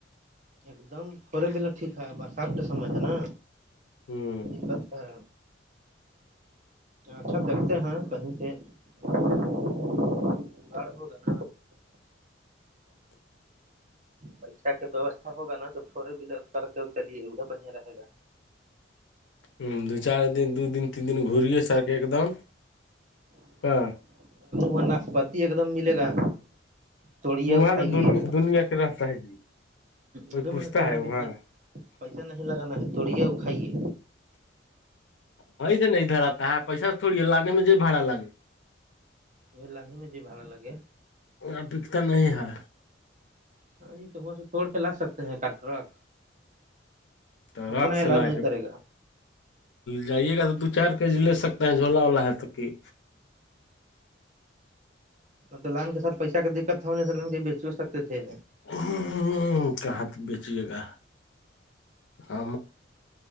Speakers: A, on the right (about 40°); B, on the left (about 70°).
A: ایک دم تھوڑے بلاو ٹھیک ہے برسات کے سمے ہے نا
B: ہوں
A: ک ہے اچھا دیکھتے ہیں کہیں سے بن گڑ ہو گان
B: <unintelligible>
A: پیسہ کا ویوستھا ہوگا نا تو فور ویلر کر کے چلیے وہ بڑھیا رہے گا
B: ہوں دو چار دن دو دن تین دن گوریے س کے ایک دم ہاں
A: وں ناک پتی ایک دم ملے گا توڑیے اور
B: وہاں
A: کھائیے
B: تو دیا دنیا کے رہستا ہے جی کوئی
A: وہ بھی
B: پوچھتا
A: من کر رہے
B: ہے
A: ہیں
B: وہاں
A: کہ پیسہ نہیں لگانا ہے توڑیے اور کھائیے
B: وہی سے نہیں دھراتا ہے پیسہ تھوڑی لانے میں جو بھاڑا لگے
A: وہ لاندی میں ج بھاڑا لگے
B: ا دکتا نہیں ہے
A: ہاں جی تو وہاں سے توڑ کے لا سکتے ہیں کا ٹرک
B: تو
A: اتنا
B: رق
A: ہی
B: سے
A: لابھ
B: لا
A: نہیں
B: کے
A: کرے گا
B: جائیے گا تو دو چار کے جی لے سکتے ہیں جھولا وولا ہے تو کہ
A: ہ تو لان کے سر پیسہ کا دقت تھا نہیں لان کے بیچ سکتے تھے
B: ہ کہ ت بیچیے گا ہ